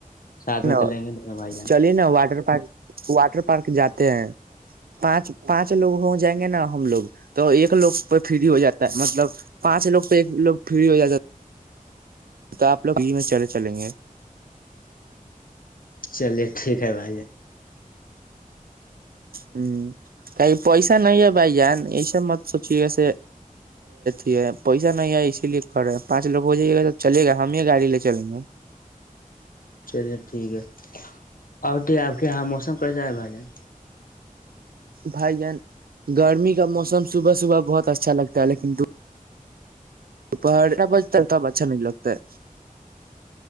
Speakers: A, on the left; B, on the right.
A: ساتھ میں
B: ن
A: چلیں گے دونوں بھائی جان
B: چلیے نا واٹر پارک واٹر پارک جات ہیں پانچ پانچ لوگ ہو جائیں گے نا ہم لوگ تو ایک لوگ پہ فری ہو جاتی مطلب پانچ لوگ پہ ایک لوگ فری ہو جاتا تو آپ لوگ یہ میں چلے چلیں گے
A: چلیے ٹھیک ہے بھائی جان
B: ہوں کہ پیسا نہیں ہے بھائی جان ایسا مت سوچیے گس ا ہے پیسا نہیں ہے اسی لیے کر رہے پانچ لوگ ہو جائیے گا تو چلے گا ہم ہی گاڑی لے چلیں گے
A: چلیے ٹھیک ہے اور آپ کے یہاں موسم کیسا ہے بھائی جان
B: بھائی جان گرمی کا موسم صبح صبح بہت اچھا لگتا ہے لیکن تو پہاڑ بجتا ہے تب اچھا نہیں لگتا ہے